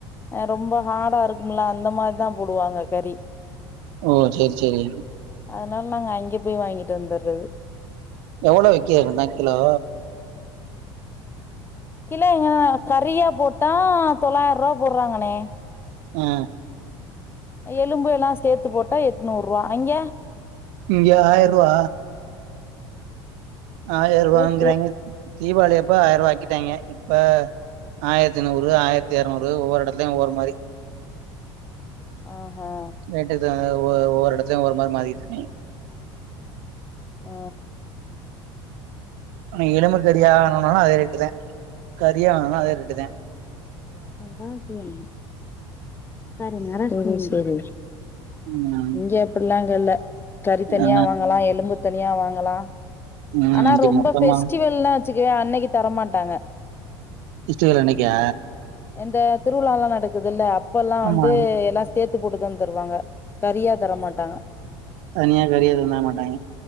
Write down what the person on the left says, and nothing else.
அ ரொம்ப ஹார்டா இருக்கும்ல அந்த மாரிதா போடுவாங்க கறி
அதனால நாங்க அங்கெ போய் வாங்கிட்டு வந்துட்றது
கிலோ எங்க கறியா போட்டா தொளாயிர்ரூவா போட்றாங்கண்ணே
அ எலும்பேல்லா சேத்து போட்டா எட்நூறுவா அங்கெ
எ எவ்
ஆஹா
ஆ
அதா தோழி போறீங்களா <unintelligible>
இங்கெ அப்பிட்லா‌ இங்க இல்ல தறி தனியா
வாங்கலா எலும்பு தனியா வாங்கலா
ஆனா
ரொம்ப
ஃபெஸ்டிவல்னா வச்சுக்கவே அன்னைக்கு தரமாட்டாங்க
இந்த திருவிழாலா நடக்குதுல்ல அப்பலா வந்து
எல்லா சேத் த்து போட்டுதா தருவாங்க கறியா தரமாட்டாங்க